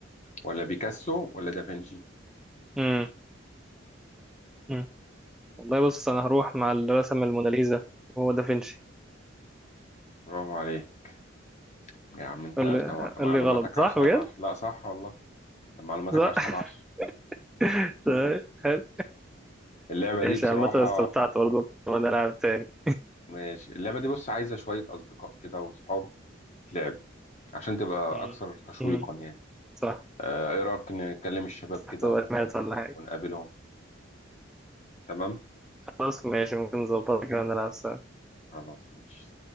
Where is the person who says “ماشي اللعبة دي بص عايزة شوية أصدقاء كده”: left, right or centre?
Left